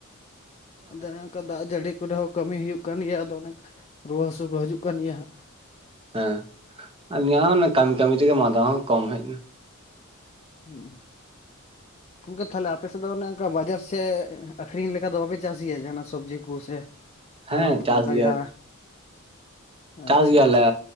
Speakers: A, on the left; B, on the right.
A: ᱟᱫᱚ ᱦᱟᱸᱜ ᱚᱱᱮ ᱚᱱᱠᱟ ᱫᱟᱜ ᱡᱟᱹᱲᱤ ᱠᱚᱨᱮ ᱦᱚᱸ ᱠᱟᱹᱢᱤ ᱦᱩᱭᱩᱜ ᱠᱟᱱ ᱜᱮᱭᱟ ᱟᱫᱚ ᱚᱱᱮᱝ ᱠᱟ ᱨᱩᱣᱟᱹ ᱦᱟᱹᱥᱩ ᱠᱚ ᱦᱤᱡᱩᱜ ᱠᱟᱱ ᱜᱮᱭᱟ ᱦᱟᱸᱜ ᱾
B: ᱦᱮᱸ‌ ᱟᱹᱞᱤᱧᱟᱜ ᱦᱚᱸ ᱚᱱᱟ ᱠᱟᱹᱢᱤ ᱠᱟᱹᱢᱤ ᱛᱮᱜᱮ ᱢᱟᱸᱫᱟ ᱦᱚᱸ ᱠᱚᱢ ᱦᱮᱡ ᱱᱟ ᱾
A: ᱦᱩᱸᱻ᱾ ᱜᱚᱝᱠᱮ ᱛᱟᱦᱚᱞᱮ ᱟᱯᱮ ᱥᱮᱫ ᱫᱚ ᱚᱱᱮ ᱚᱱᱠᱟ ᱵᱟᱡᱟᱨ ᱥᱮᱫ ᱟᱹᱠᱷᱨᱤᱧ ᱞᱮᱠᱟ ᱫᱚ ᱵᱟᱯᱮ ᱪᱟᱥ ᱜᱮᱭᱟ ᱡᱟᱦᱟᱸᱱᱟᱜ ᱥᱚᱵᱽᱡᱤ ᱠᱚ ᱥᱮ
B: ᱦᱮᱸ
A: ᱟᱨᱦᱚᱸ
B: ᱪᱟᱥ
A: ᱚᱱᱠᱟ
B: ᱜᱮᱭᱟ
A: ᱡᱟᱦᱟᱸ
B: ᱪᱟᱥ
A: ᱟᱪᱪᱷᱟ
B: ᱜᱮᱭᱟᱞᱮ
A: ᱟᱪᱪᱷᱟ